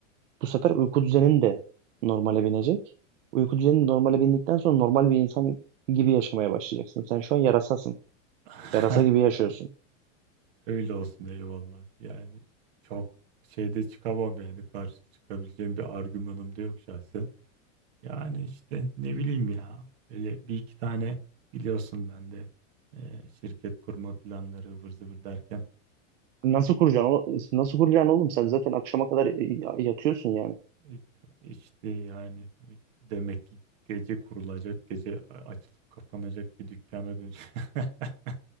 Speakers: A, on the right; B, on the right.
A: bu sefer uyku düzenin de normale binecek. Uyku düzenin normale bindikten sonra normal bir insan gibi yaşamaya başlayacaksın. Sen şu an yarasasın.
B: <laughs>
A: Yarasa gibi yaşıyorsun.
B: öyle olsun eyvallah. Yani çok şeyde çıkamam yani karşı çıkabileceğim bir argümanım da yok şahsen. Yani işte ne bileyim ya öyle bir iki tane biliyorsun ben de eee, şirket kurma planları ıvır zıvır derken
A: Nasıl kuracaksın? o- Nasıl kuracaksın oğlum? Sen zaten akşama kadar e, yatıyorsun yani.
B: İ- İşte yani demek ki gece kurulacak, gece a- açılıp kapanacak bir dükkana dönecek. <laughs>